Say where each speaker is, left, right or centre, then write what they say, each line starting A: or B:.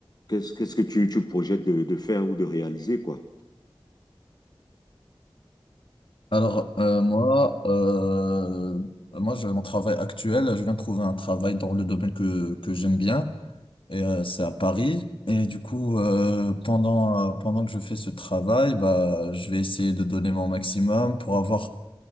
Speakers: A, on the left (about 45°); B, on the left (about 70°).
A: Qu'est-ce, qu'est-ce que tu, tu projettes de, de faire ou de réaliser, quoi?
B: Alors, euh, moi, euh, moi, j'ai mon travail actuel. Je viens de trouver un travail dans le domaine que, que j'aime bien. Et euh, c'est à Paris. Et du coup, euh, pendant, euh, pendant que je fais ce travail, bah, je vais essayer de donner mon maximum pour avoir,